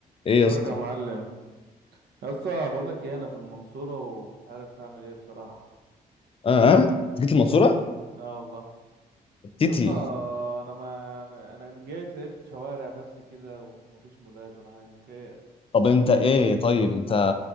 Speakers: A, on the left; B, on the right.
A: ايه
B: بارك
A: يا اسطى
B: يا معلم يا اسطى بقول لك ايه انا في المنصوره ومش عارف هعمل ايه بصراحه
A: اه آه؟ جيت المنصوره
B: مم. اه والله
A: تيتي
B: يا اسطى انا ما انا أنا جيت لقيت شوارع بس كده ومفيش مولات ولا حاجه خير
A: طب انت ايه
B: قول لي يا اسطى
A: طيب
B: كده
A: انت